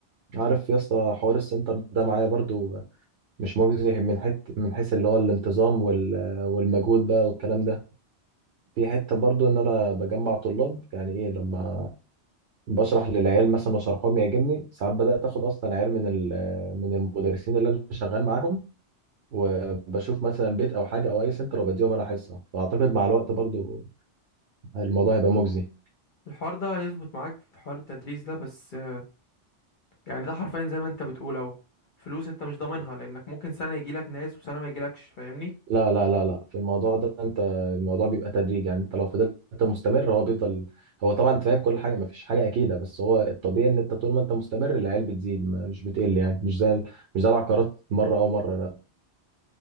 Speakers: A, on the right; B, on the left.
A: عارف يا اسطى حوار السنتر ده معايا برضو مش مجزي من حيث من حيث اللي هو الانتظام وال آه، والمجهود بقى والكلام ده في حته برضو ان انا بجمع طلاب يعني ايه لما بشرح للعيال مثلا وشرحهم يعجبني ساعات بدات اخد اصلا عيال من ال- آه، من المدرسين اللي انا شغال معاهم وبشوف مثلا بيت او حاجه او اي سنتر وبديهم انا حصه فاعتقد مع الوقت برضو الموضوع هيبقى مجزي
B: الحوار ده هيظبط معاك في حوار التدريس ده بس آه، يعني ده حرفيا زي ما انت بتقول اهو فلوس انت مش ضامنها لانك ممكن سنة يجيلك ناس وسنة ما يجيلكش فاهمني
A: لا لا لا لا في الموضوع ده انت الموضوع بيبقى تدريج يعني انت لو فضلت مستمر هو بيفضل هو طبعا انت فاهم كل حاجه ما فيش حاجه اكيده بس هو الطبيعي ان انت طول ما انت مستمر العيال بتزيد ما- مش بتقل يعني مش زي ال- مش زي العقارات مره او مره لا